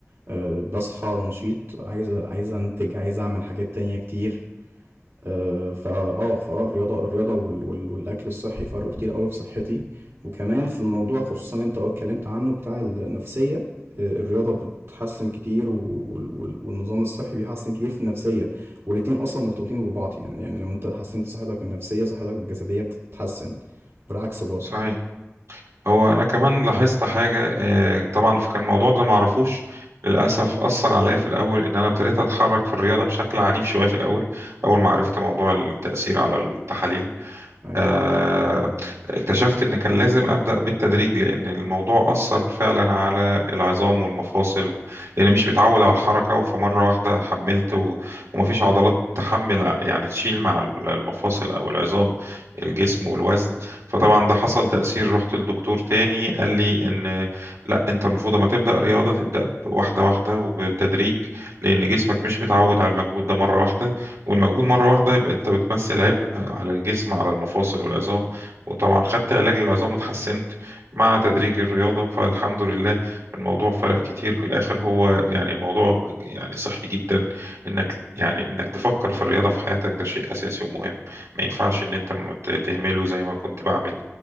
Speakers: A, on the right (about 60°); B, on the right (about 85°).
A: أه بصحى نشيط عايز عايز أنتج عايز أعمل حاجات تانية كتير آه، فا اه فاه الرياضه الرياضه وال- وال- والاكل الصحي فرقوا كتير قوي في صحتي وكمان في الموضوع خصوصا اللي انت اتكلمت عنه بتاع النفسيه آه، الرياضه بتحسن كتير و- وال- وال- والنظام الصحي بيحسن كتير في النفسيه والاتنين اصلا مرتبطين ببعض يعني يعني لو انت حسنت صحتك النفسيه صحتك الجسديه بتتحسن والعكس برضو
B: صحيح هو انا كمان لاحظت حاجة آه، طبعا كان الموضوع ده معرفوش للاسف اثر عليا في الاول ان انا ابتديت اتحرك في الرياضة بشكل عنيف شوية في الاول اول ما عرفت موضوع التأثير على التحاليل
A: ايوه
B: آه، اكتشفت ان كان لازم ابدا بالتدريج لان الموضوع اثر فعلا على العظام والمفاصل و... لان مش متعود على الحركه وفمره واحده حملت و... ومفيش عضلات تحمل يعني تشيل مع المفاصل او العظام الجسم والوزن فطبعا ده حصل تاثير رحت للدكتور تاني قال لي ان لا انت المفروض ما تبدا رياضه تبدا واحده واحده وبالتدريج لان جسمك مش متعود على المجهود ده مره واحده والمجهود مرة واحدة يبقى أنت بتمثل عبء على الجسم على المفاصل والعظام وطبعا خدت علاج للعظام وتحسنت مع تدريج الرياضة فالحمد لله الموضوع فرق كتير في الآخر هو يعني الموضوع يعني صحي جدا إنك يعني إنك تفكر في الرياضة في حياتك ده شيء أساسي ومهم ما ينفعش إن أنت ما ت- تهمله زي ما كنت بعمل